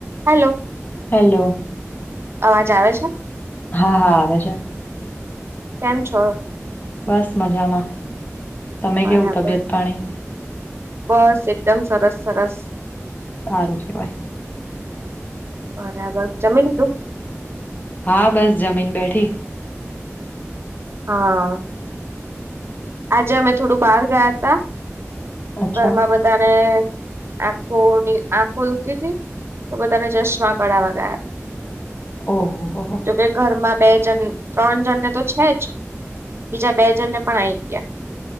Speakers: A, on the right (about 55°); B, on the left (about 35°).
A: Hello
B: hello
A: અવાજ આવે છે
B: હા હા છે
A: કેમ છો
B: બસ મજામાં તમે
A: બરાબર
B: કેવું તબિયત પાણી
A: બસ એકદમ સરસ સરસ
B: સારું કેવાય
A: બરાબર જમી લીધું
B: હા બસ જમીન બેઠી
A: હા આજે અમે થોડું બહાર ગયા હતા
B: અચ્છા
A: ઘરમાં બધાને આખોની આંખો દુકી હતી તો બધાને જશ્માં કઢાવા ગયા
B: ઓહો હો હો
A: જોકે ઘરમાં બે જ ત્રણ જણને તો છે જ બીજા બે જણને પણ આવી ગયા